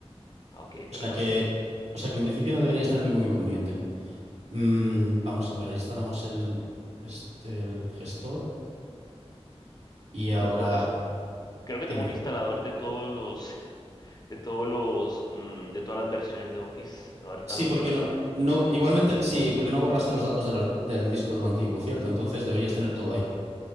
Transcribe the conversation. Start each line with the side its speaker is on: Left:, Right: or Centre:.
Left: Ah, Ok,
Right: O
Left: pero
Right: sea
Left: bueno.
Right: que, o sea que en principio no deberías tener ningún inconveniente. Mm, vamos a ver, instalamos el, este, el gestor y ahora
Left: Bueno, en todo caso, creo que
Right: dime.
Left: tengo un instalador de todos los, <laughs> de todos los, mm, de todas las versiones de Office. Ahorita
Right: Sí,
Left: lo
Right: porque
Left: miramos
Right: no,
Left: a ver.
Right: no, igualmente sí, porque no borraste los datos del, ar- del disco duro antiguo, ¿cierto? Entonces deberías tener todo ahí.